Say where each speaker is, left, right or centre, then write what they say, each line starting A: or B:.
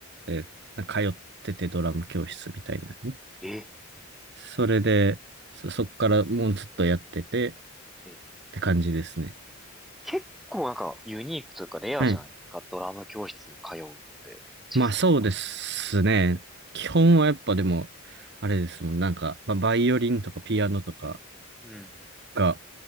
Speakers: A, on the right (about 50°); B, in the centre.
A: えー通っててドラム教室みたいなのに。
B: え、え、
A: それで、そ、そっからもうずっとやっててっ
B: え、
A: て感じですね。
B: 結構なんかユニークというかレアじゃないですか、
A: はい。
B: ドラム教室通うって、小さい頃か
A: まあそうですね。基本はやっぱでも、あれですもん。なんか、まあ、バイオリンとかピアノとか
B: ら。うん。
A: が